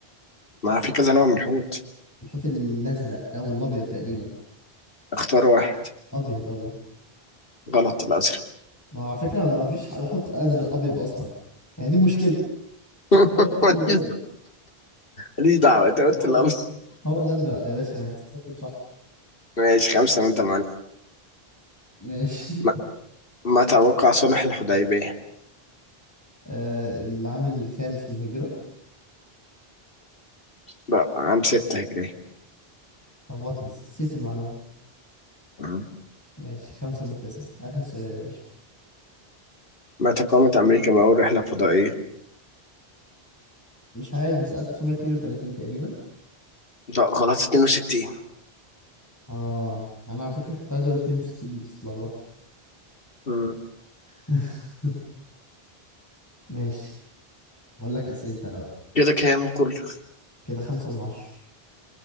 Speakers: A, on the left (about 60°); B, on the left (about 15°).
A: ما في كذا نوع من الحوت
B: الحوت الازرق او الابيض تقريبا
A: اختار واحد
B: ابيض ابيض
A: غلط الأزرق
B: ما على فكرة ما ما فيش ح- حوت ازرق ابيض اصلا يعني دي مشكلة
A: <laughs>
B: هو الحوت
A: ماليش
B: الازرق
A: ماليش دعوة أنت قلت
B: هو
A: الأبيض
B: ال... هو الازرق يا باشا هتتكتب صح
A: ماشي خمسة من ثمانية
B: ماشي
A: ما,
B: <laughs>
A: ما توقع صلح الحديبية
B: آه، العام الخامس من الهجرة
A: لا عام ستة هجرية
B: لخبطت نسيت المعلومة
A: مم.
B: ماشي خمسة من تسعة آخر سؤال يا باشا
A: ما تقامت أمريكا بأول رحلة فضائية
B: مش عارف بس 1932 تقريبا
A: لا غلط 62
B: اه انا على فكرة كنت عايز اقول 62 بس اتلخبطت
A: مم.
B: <laughs> ماشي اقول لك اسئلتي انا بقى
A: كده كام كله
B: كده خمسة من عشرة